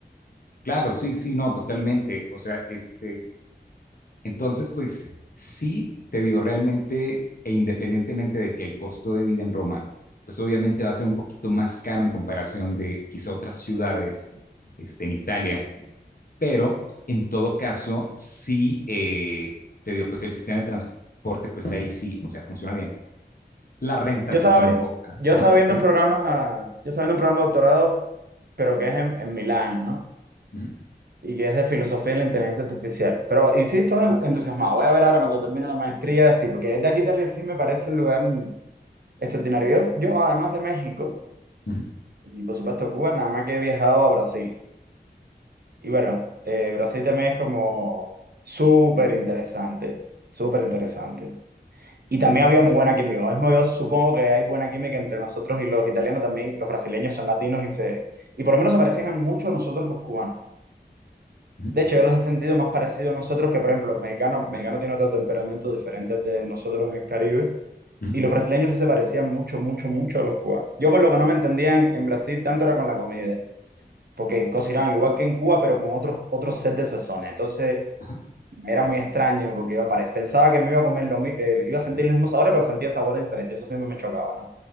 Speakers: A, on the left; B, on the right.
A: claro, sí, sí, no, totalmente. O sea, este, entonces, pues sí, te digo, realmente e independientemente de que el costo de vida en Roma, pues obviamente va a ser un poquito más caro en comparación de quizá otras ciudades este, en Italia, pero en todo caso, sí, eh, te digo, pues el sistema de transporte, pues ahí sí, o sea, funciona bien. Las rentas
B: Yo estaba,
A: sí son
B: vi-
A: un poco caras.
B: yo
A: Ajá,
B: estaba viendo
A: pero.
B: un programa, yo estaba viendo un programa de doctorado, pero que es en, en Milán, ¿no?
A: ujú.
B: Y que es de filosofía de la inteligencia artificial. Pero y sí estoy en-
A: Ah, mira.
B: entusiasmado. Voy a ver ahora cuando termine la maestría, sí, porque de aquí a Italia sí me parece un lugar extraordinario. Yo, yo además de México
A: Ujú,
B: y por supuesto Cuba, nada más que he viajado a Brasil. Y bueno, eh, Brasil también es como súper interesante, súper interesante. Y también
A: va,
B: había muy
A: va.
B: buena química. Lo mismo yo supongo que hay buena química entre nosotros y los italianos también. Los brasileños son latinos y se... Y por lo menos se parecían mucho a nosotros los cubanos.
A: Ujú,
B: De hecho, yo los he sentido más parecidos a nosotros que, por ejemplo, los mexicanos. Los mexicanos tienen otro temperamento diferente al de nosotros en el Caribe.
A: ujú,
B: Y los brasileños sí se parecían mucho, mucho, mucho a los cubanos. Yo con lo que no me entendían en Brasil tanto era con la comida porque cocinaban igual que en Cuba, pero con otros, otros set de sazones. Entonces,
A: Ajá,
B: Era muy extraño porque yo pare- pensaba que me iba a comer lo mi- eh, iba a sentir los mismos sabores, pero sentía sabores diferentes. Eso siempre me chocaba, ¿no?